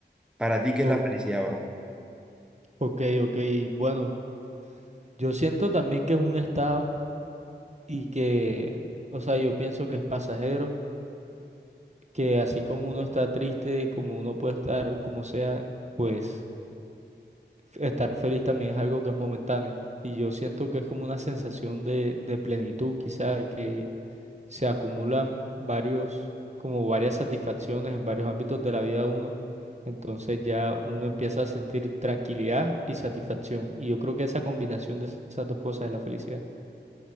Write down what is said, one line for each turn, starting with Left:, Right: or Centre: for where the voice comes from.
Centre: Para ti, ¿qué
Right: O-
Centre: es la felicidad, bro?
Right: Ok, ok, bueno. Yo siento también que es un estado y que, o sea, yo pienso que es pasajero, que así como uno está triste, como uno puede estar como sea, pues f- estar feliz también es algo que es momentáneo. Y yo siento que es como una sensación de, de plenitud, quizá, que se acumulan varios, como varias satisfacciones en varios ámbitos de la vida de uno. Entonces ya uno empieza a sentir tranquilidad y satisfacción. Y yo creo que esa combinación de esas dos cosas es la felicidad.